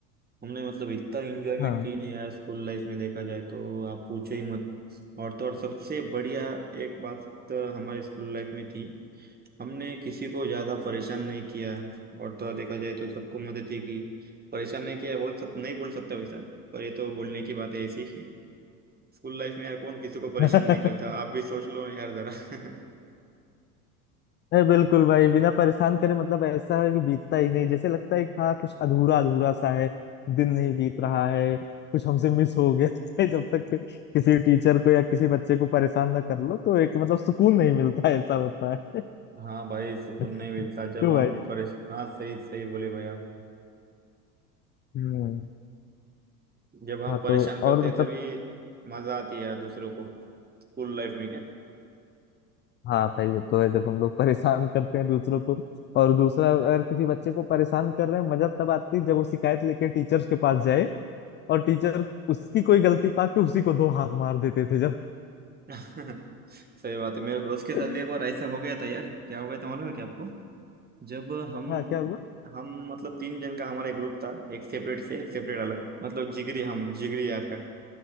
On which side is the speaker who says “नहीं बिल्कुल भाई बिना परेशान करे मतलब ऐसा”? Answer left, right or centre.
Left